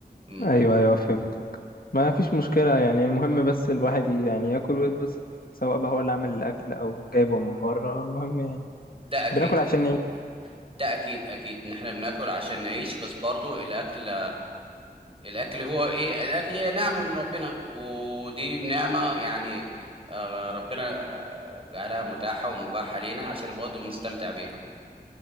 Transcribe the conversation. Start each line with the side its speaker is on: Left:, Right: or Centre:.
Right: امم
Left: أيوه أيوه فهمت ما فيش مشكلة يعني المهم بس الواحد ي- يعني ياكل ويتبسط سواء بقى هو اللي عامل الأكل أو جايبه من بره المهم يعني
Right: ده اكيد
Left: بناكل عشان
Right: ده,
Left: نعيش
Right: ده اكيد اكيد ان احنا بناكل عشان نعيش بس برضو الاكل الاكل هو ايه الاكل هي نعمة من ربنا ودي بنعمة يعني آه، ربنا آه، جعلها متاحة ومباحة لينا عشان برضو بنستمتع بيها